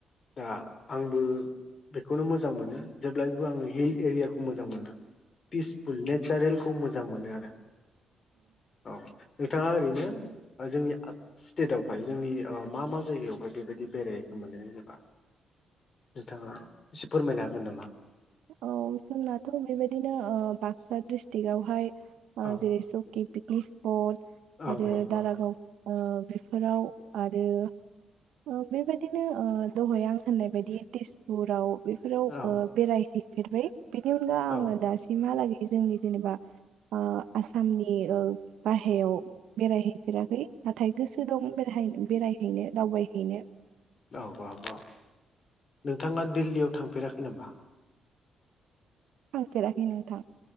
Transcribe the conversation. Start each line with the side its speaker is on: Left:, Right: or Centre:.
Left: दा आंबो बेखौनो मोजां मोनो जेब्लायबो आंङो हिल एरियाखौ मोजां मोनो पिसफुल नेचारेलखौ मो जां मोनो आरो। औ नोंथाङा ओरैनो ओ जोंनि स्टेटआवहाय जोंनि ओ मा मा जायगायावहाय बेबायदि बेरायखौ मोनो जेनेबा नोंथाङा एसे फोरमायनो हागोन नामा।
Right: औ जोंनाथ बेबायदिनो ओ बाक्सा डिस्ट्रिकावहाय ओ
Left: औ
Right: जेरै सुकि पिकनिक स्पट
Left: औ
Right: आरो
Left: औ औ
Right: दारागाव ओ बेफोराव आरो ओ बेबायदिनो ओ दहाय आं होननाय बायदि तेजपुराव बेफोराव
Left: औ
Right: ओ बेरायहै फेरबाय बिनि अनगा आङो
Left: औ
Right: दासिमहालागै जोंनि जेनेबा ओ आसामनि ओ बायहरायाव बेरायहैफेराखै नाथाय गोसो दं बेराय बेरायहैनो दावबायहैनो
Left: औ औ औ नोंथाङा दिल्लीयाव थांफेराखै नामा?
Right: थांफेराखै नोंथां